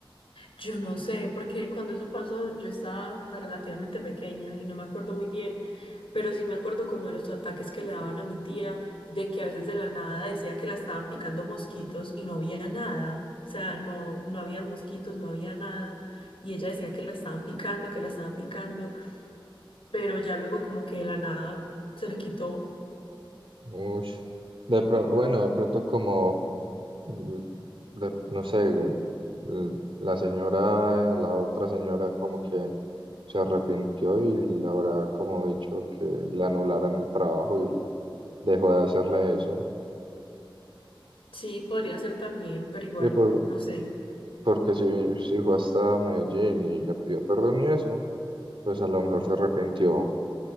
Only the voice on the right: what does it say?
Ush. De pronto, bueno, de pronto como, l- de- no sé, eh, l- la señora, eh, la otra señora como que se arrepintió y le habrá como dicho que le anularan el trabajo y dejó de hacerle eso.
Y por,
Porque si, si fue hasta Medellín y le pidió perdón y eso, pues a lo mejor se arrepintió.